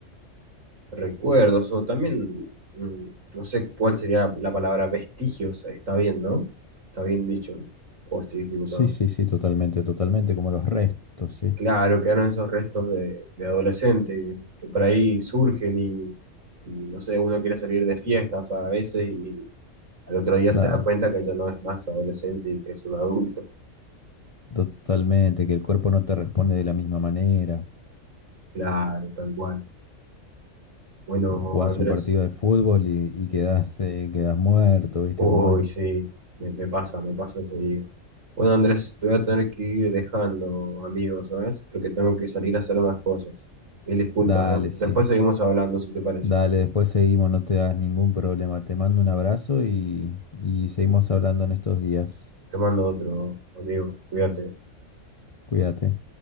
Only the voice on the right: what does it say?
recuerdos o también, mm, no sé cuál sería la, la palabra vestigios. Está bien, ¿no? Está bien dicho. O estoy equivocado.
Claro, quedaron esos restos de, de adolescente que por ahí surgen y, y, no sé, uno quiere salir de fiestas a veces y al otro día
se da cuenta que ya no es más adolescente y que es un adulto.
Claro, tal cual. Bueno,
Andrés,
uy,
sí, me, me pasa, me pasa seguido. Bueno, Andrés, te voy a tener que ir dejando, amigo, ¿sabes? Porque tengo que salir a hacer unas cosas. Mil disculpas,
de- después
seguimos hablando, si te parece.
Te mando otro, amigo, cuídate.